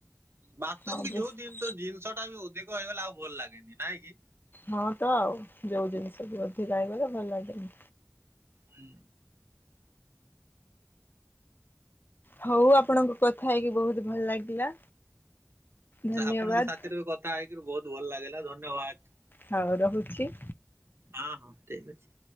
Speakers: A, on the right; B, on the left.
A: ବାସ୍ତବ
B: ଆଉ
A: କି
B: ବେଶ
A: ଯୋଉ ଜିନିଷ ଜିନିଷ ଟା ବି ଅଧିକ ହେଇଗଲେ ଆଉ ଭଲ ଲାଗେନି ନାଇଁ କି।
B: ହଁ ତ ଆଉ ଯୋଉ ଜିନିଷ ବି ଅଧିକା ହେଇଗଲେ ଭଲ ଲାଗେନି।
A: ହୁଁ
B: ହଉ ଆପଣଙ୍କ କଥା ହେଇକି ବହୁତ ଭଲ ଲାଗିଲା। ଧନ୍ୟବାଦ
A: ଆପଣଙ୍କ ସାଥିରେ ବି କଥା ହେଇକରି ବହୁତ ଭଲ ଲାଗିଲା ଧନ୍ୟବାଦ।
B: ହଉ ରହୁଛି।
A: ହଁ ହଁ ଠିକ ଅଛି।